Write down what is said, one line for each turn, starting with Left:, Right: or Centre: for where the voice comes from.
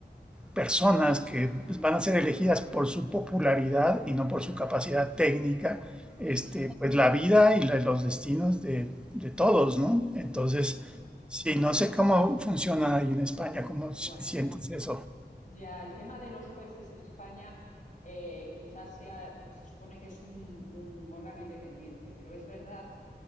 Centre: personas que van a ser elegidas por su popularidad y no por su capacidad técnica, este,
Left: Ujú,
Centre: pues la vida y la- los destinos de, de todos, ¿no? Entonces,
Left: Ya,
Centre: sí, no sé cómo funciona ahí en España, cómo
Left: bueno,
Centre: si- sientes eso.
Left: ya el tema de los jueces en España eh, quizás sea, porque se supone que es un, un órgano independiente, pero es verdad,